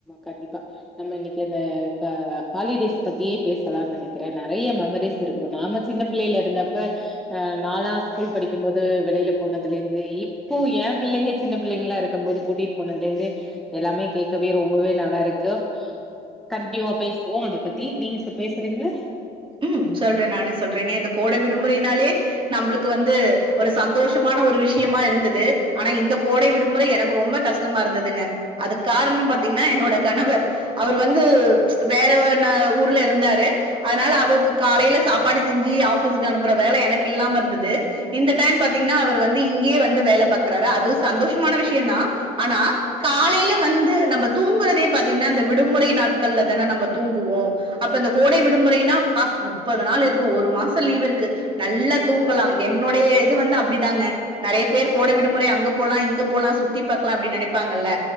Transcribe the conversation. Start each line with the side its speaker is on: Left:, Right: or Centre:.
Centre: கண்டிப்பா நம்ம இன்னைக்கு அந்த க ஹாலிடேஸ் பத்தியே பேசலான் நெனைக்கறே நெறைய மெமரிஸ் இருக்கு நாம சின்ன பிள்ளேல இருந்தப்ப அ நாலா ஸ்கூல் படிக்கும் போது வெளில போனதுல இருந்து இப் இப்போ ஏ பிள்ளைங்க சின்ன பிள்ளைங்களா இருக்கம் போது கூட்டிட் போனதுல இருந்து எல்லாமே கேக் கவே ரொம்பவே நல்லா இருக்கு கண்டினியூவா பேசுவோ அத பத்தி நீங்க ச பேசறீங்களா
Right: ம் சொல்றே நானே சொல்றேங்க இந்த கோடை விடுமுறைனாலே நம்மளுக்கு வந்து ஒரு சந்தோஷமான ஒரு விஷயமா இருந்தது ஆனா இந்த கோடை விடுமுறை எனக்கு ரொம்ப கஷ் டமா இருந்ததுங்க அதுக்கு காரணோ பாத்தீங்கன்னா என்னோட கணவர் அவர் வந்து வேற ந ஊர்ல இருந்தாரு அதுனால அவருக்கு காலேல சாப்பாடு செஞ்சு ஆஃபிஸ்க்கு அனுப்புற வேல எனக்கு இல்லாம இருந்தது இந்த டைம் பாத்தீங்கன்னா அவர் வந்து இங்கயே வந்து வேல பாக்குறாரு அது சந்தோஷமான விஷயந்தா ஆனா காலேல வந்து நம்ம தூங்குறதே பாத்தீங்கன்னா அந்த விடுமுறை நாட்கள்ல தான நம்ம தூங்குவோ அப்ப இந்த கோடை விடுமுறைனா பா முப்பது நாள் இருக்கு ஒரு மாச லீவ் இருக்கு நல்ல தூங்கலா என்னுடைய இது வந்து அப்டிதாங்க நெறைய பேர் கோடை விடுமுறை அங்க போலா இங்க போலா சுத்தி பாக்கலா அப்டி நெனைப்பாங்கல்ல